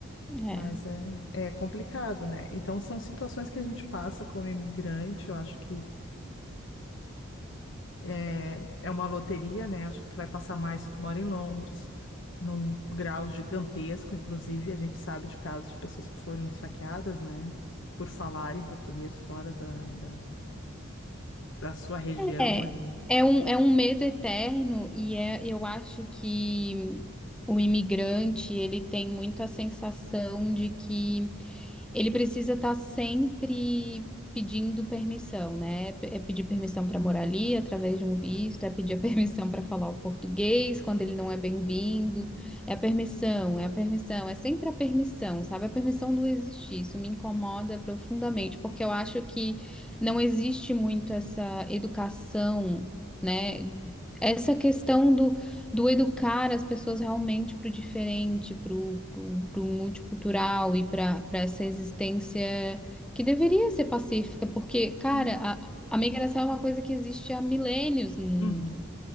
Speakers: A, in the centre; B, on the left (about 60°).
A: É.
B: Mas é, é complicado, né? Então, são situações que a gente passa como imigrante, eu acho que é, é, é uma loteria, né? Acho que tu vai passar mais se tu mora em Londres, num grau gigantesco, inclusive, a gente sabe de casos de pessoas que foram esfaqueadas, né? Por falarem português fora da da da sua região
A: É,
B: ali.
A: é um, é um medo eterno e é, eu acho que o imigrante, ele tem muito a sensação de que ele precisa estar sempre pedindo permissão, né? É pedir permissão para morar ali através de um visto, é pedir a <laughs> permissão para falar o português quando ele não é bem-vindo. É a permissão, é a permissão, é sempre a permissão, sabe? A permissão do existir. Isso me incomoda profundamente, porque eu acho que não existe muito essa educação, né? Essa questão do do educar as pessoas realmente para o diferente, para o multicultural e para essa existência que deveria ser pacífica, porque, cara,
B: Sim.
A: a, a migração é uma coisa que existe há milênios no mundo,
B: Uhum.